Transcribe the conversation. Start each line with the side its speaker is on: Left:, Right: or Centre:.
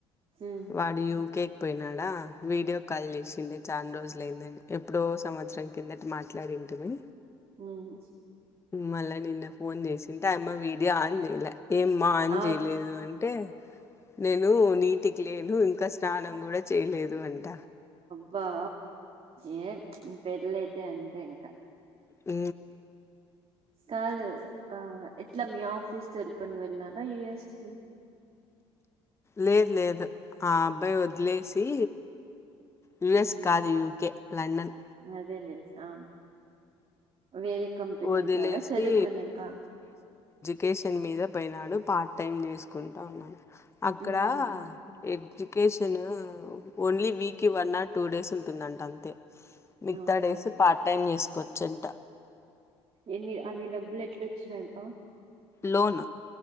Right: ఉమ్
Left: వాడు యుకే పోయినాడా వీడియో కాల్ చేసిండే చాలా రోజులయిందని ఎప్పుడో సంవత్సరం కిందట మాట్లాడింటిమి.
Right: ఉమ్
Left: మళ్ళ నిన్న ఫోన్ చేసింటే ఆయమ్మా వీడియో ఆన్ చేయలే ఏమ్మా ఆన్
Right: ఆఫ్
Left: చేయలేదు అంటే నేను నీటికి లేను ఇంకా స్నానం కూడా చేయలేదు వంట
Right: వా ఏ పేల అ అంతే ఇంకా
Left: అ
Right: కాదు ఆ ఎట్లా మీ ఆఫీస్ తెలుపుని వెళ్రీనారా యయుఎస్కి
Left: లేదు లేదు ఆ అబ్బాయి వదిలేసి యుూఎస్
Right: ఉమ్
Left: కాదు యుకే లండన్
Right: అదేలే ఆ వేరే కంపెనీ
Left: వదిలేసి
Right: ద్వారా చదువుకునేక
Left: కేషన్ మీద పోయినాడు. పార్ట్ టైం చేసుకుంటా ఉన్నాం అక్కడ
Right: ఉమ్
Left: education only weekly one or two days ఉంటుందంట అంతే మిగతా
Right: అవునా
Left: డేసు పార్ట్ టైం. వచ్చంట.
Right: ఎన్ని అన్ని డబ్బులు ఎట్లా వచ్చినాయి. చెప్పవా
Left: లోన్